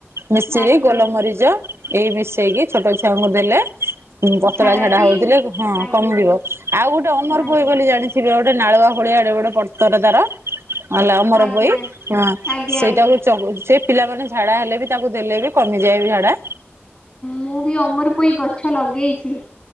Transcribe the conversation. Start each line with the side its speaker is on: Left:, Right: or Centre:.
Right: ମିଶରି
Left: ଆଜ୍ଞା
Right: ଗୋଲମରିଚ ଏଇ ମିଶେଇକି ଛୋଟ ଛୁଆଙ୍କୁ ଦେଲେ ହଁ ପତଳା
Left: ଝାଡ଼ାଟି
Right: ଝାଡା ହଉଥିଲେ ହଁ
Left: ଆଜ୍ଞା
Right: କମିଯିବ ଆଉ ଗୋଟେ ଅନର୍ପଇ
Left: ଆଜ୍ଞା
Right: ବୋଲି ଜାଣିଥିବେ ଗୋଟେ ନାଳୁଆ ଭଳିଆ ଏବେ ବଡ଼ ପତର ତାର ହେଲା ଅମର
Left: ଆଜ୍ଞା
Right: ପଇ ହ
Left: ଆଜ୍ଞା
Right: ସେଇଟାକୁ
Left: ଆଜ୍ଞା
Right: <unintelligible> ଛି ପିଲାମାନେ ଝାଡ଼ା ହେଲେ ବି ତାକୁ ଦେଲେ ବି କମିଯାଏ ଝାଡ଼ା
Left: ମୁଁ ବି ଅମର ପୋଇ ଗଛ ଲଗେଇଛି।